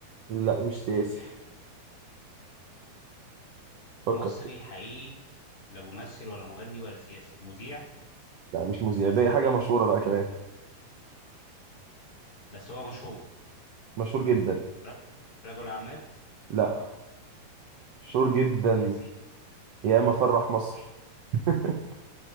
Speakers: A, on the right (about 65°); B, on the left (about 35°).
A: لا مش سياسي فكر
B: مصري حقيقي لا ممثل ولا مغني ولا سياسي مذيع
A: لا مش مذيع بقى حاجة مشهورة بقى كمان
B: بس هو مشهور
A: مشهور جدا
B: ر- رجل اعمال
A: لا مشهور جدا
B: لا سي...
A: يا ما فرح مصر <laughs>